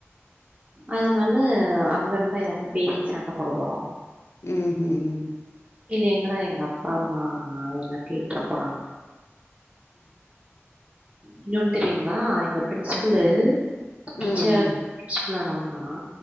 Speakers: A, on the right; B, on the left.
A: அதனால அங்க இருந்தா எதாது பேசி சண்ட போட போறோ
B: ம் ஹும்
A: இல்லையங்கடா எங்க அப்பா அம்மா என்ன கேட்டுற போறாங் இங்க ஒண்ணு தெரியுமா எங்க பிரின்சிபலு
B: ம் ம்
A: டீச்சர்
B: ம்
A: ன்ஸ்பிலுனாவங்க தா